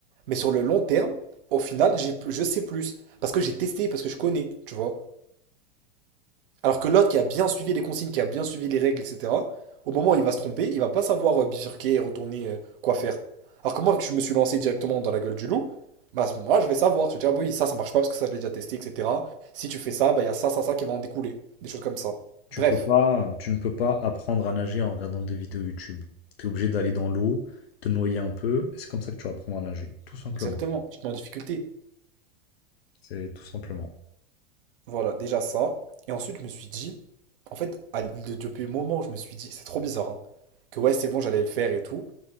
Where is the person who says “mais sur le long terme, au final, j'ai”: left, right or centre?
Right